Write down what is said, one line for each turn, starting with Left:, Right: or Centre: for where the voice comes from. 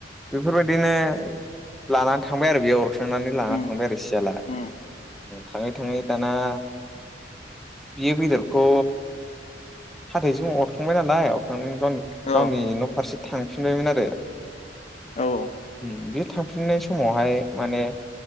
Centre: बेफोरबायदिनो लानानै थांबाय आरो बेयाव थुखांनानै लाना
Left: उम
Centre: थांबाय आरो सियाला
Left: उम
Centre: थाङै थाङै दाना बियो बेदरखौ हाथाइजों अरखांबाय नालाय अरखांनायनि गावनि
Left: औ
Centre: गावनि न' फारसे थांफिनबायमोन आरो
Left: औ औ
Centre: बे थांफिननाय समावहाय माने